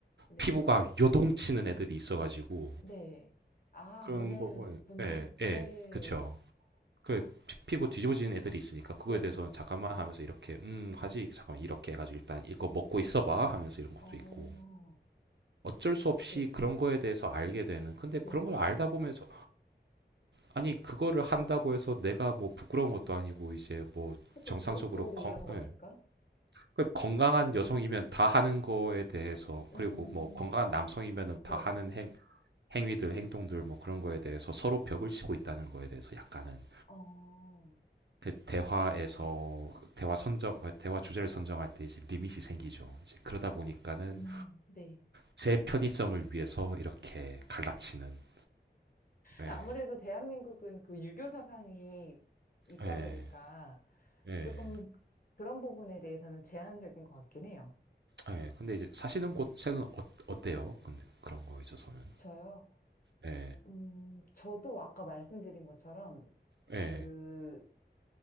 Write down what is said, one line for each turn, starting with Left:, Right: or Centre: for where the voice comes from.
Left: 네,
Right: 피부가 요동치는 애들이 있어가지고
Left: 네. 아,
Right: 그런
Left: 모델
Right: 거 보면
Left: 분들?
Right: 예, 예,
Left: 네.
Right: 그쵸.
Left: <gasps> 아,
Right: 그 피- 피부 뒤집어지는 애들이 있으니까 그거에
Left: 네네.
Right: 대해서는 잠깐만 하면서 이렇게 음 하지 잠깐만 이렇게 해가지고 일단 이거 먹고 있어봐 하면서 이런 것도
Left: 어,
Right: 있고 어쩔 수 없이
Left: 네,
Right: 그런 거에 대해서 알게 되는 근데
Left: 네네.
Right: 그런 걸 알다 보면서 아니 그거를 한다고 해서 내가 뭐 부끄러운 것도 아니고 이제 뭐
Left: 그쵸,
Right: 정상적으로
Left: 직업적으로
Right: 건,
Left: 일한 거니까.
Right: 예, 그 건강한
Left: 네.
Right: 여성이면 다 하는 거에 대해서
Left: 음,
Right: 그리고 뭐 건강한 남성이면은
Left: 네.
Right: 다 하는 행, 행위들 행동들 뭐 그런 거에 대해서 서로 벽을 치고 있다는 거에 대해서 약간은
Left: 어,
Right: 그 대화에서
Left: 네,
Right: 대화 선정 그 대화 주제를 선정할 때 이제 리밋이 생기죠. 이제 그러다 보니까는
Left: 음. 네.
Right: 제 편의성을 위해서 이렇게 갈라치는. 예.
Left: 아무래도 대한민국은 그 유교 사상이 있다
Right: 예.
Left: 보니까
Right: 예.
Left: 조금 그런 부분에 대해서는 제한적인 것 같긴 해요.
Right: 예. 근데 이제 사시는 곳에는
Left: 네,
Right: 어, 어때요? 근데 그런 거에 있어서는.
Left: 저요.
Right: 예.
Left: 음, 저도 아까 말씀드린 것처럼
Right: 예.
Left: 그